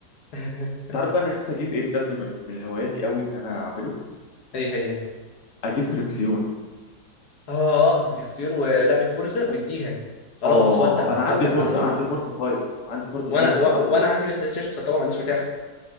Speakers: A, on the left; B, on the left.
A: <laughs>
B: انت عارف بقى انا نفسي اجيب ايه بجد من من هواياتي قوي ان انا اعمله
A: ايه هي
B: اجيب تريكسيون
A: اه دريكسيون ولعبه فورزا واديها خلاص
B: اه
A: ودع
B: انا
A: ودع
B: عندي فورزا
A: على طول
B: عندي فورزا 5 عندي فورزا
A: وانا
B: 5
A: و...
B: بلعبها
A: وانا عندي بس ستيشن طبعا ما عنديش مساحه